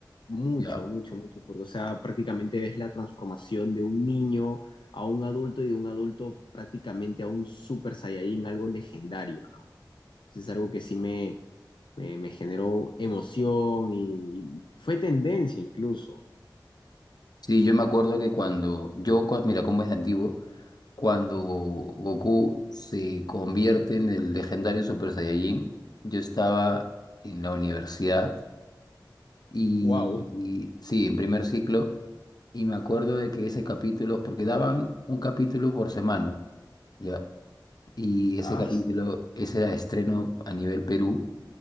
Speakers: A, on the left (about 85°); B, on the left (about 55°).
A: Mucho,
B: ya.
A: mucho, mucho, porque, o sea, prácticamente ves la transformación de un niño a un adulto y de un adulto prácticamente a un Super Saiyajin, algo legendario, ¿no? Entonces es algo que sí me, me, me generó emoción y fue tendencia incluso.
B: Sí, yo me acuerdo que cuando yo, cua- mira cómo es de antiguo, cuando Goku se convierte en el legendario Super Saiyajin, yo estaba en la universidad y,
A: ¡Wow!
B: y- sí, en primer ciclo, y me acuerdo de que ese capítulo, porque daban un capítulo por semana. ¿ya? Y
A: ¡Aso!
B: ese capítulo, ese era estreno a nivel Perú.